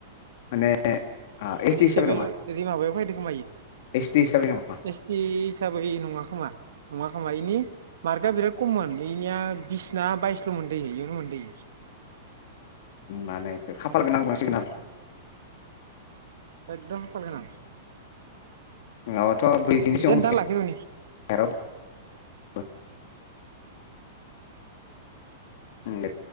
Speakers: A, on the left; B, on the right.
A: माने एस टि
B: दिसेबोल
A: हिसाबै नङा
B: ओरि माबायाव फायदो खोमा इयो
A: एस टि हिसाबै नङा मा
B: एस टि हिसाबै नङा। खोमा नङा खोमा इनि मार्कआ बिराद खममोन बेनिया बिसना बायसल' मोनदो इयो इयावनो मोनदो इयो।
A: माने बेखौ खाफाल गोनां होननांसिगोन आरो।
B: एकदम खाफाल गोनां।
A: नङाबाथ' ब्रैजिनि सायाव
B: दे
A: मोनखाया
B: नोंथां लाखिथ'नि
A: रावबो। <inaudible> ओं दे।